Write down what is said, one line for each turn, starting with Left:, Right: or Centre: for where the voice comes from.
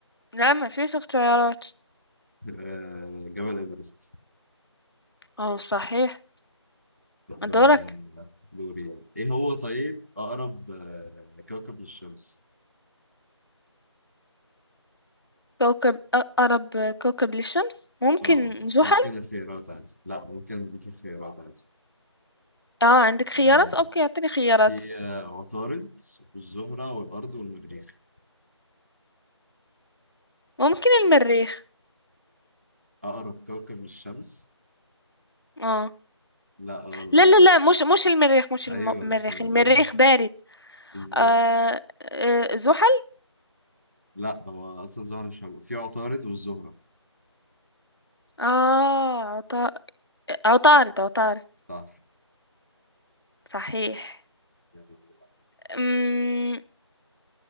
Left: لا ما فيش اختيارات
Right: آه جبل إيفرست
Left: اه صحيح
Right: طب
Left: دورك
Right: آه، دوري ايه هو طيب اقرب آه كوكب للشمس
Left: كوكب أ- اقرب كوكب للشمس ممكن
Right: اه صح
Left: زحل
Right: ممكن اختيارات عادي لا ممكن اديك اختيارات عادي
Left: اه عندك خيارات
Right: آه،
Left: اوكي اعطيني خيارات
Right: في آه، عطارد والزهرة والأرض والمريخ
Left: ممكن المريخ
Right: أقرب كوكب للشمس
Left: اه
Right: لا غلط
Left: لا لا لا مش مش المريخ مش الم-
Right: أيوه
Left: المريخ
Right: مش المريخ
Left: المريخ بارد
Right: بالظبط
Left: آه آه، زحل
Right: لا هو أصلا الزهرة مش موجود في عطارد والزهرة
Left: اه عطا... عطارد عطارد
Right: صح
Left: صحيح
Right: يلا.
Left: أمم،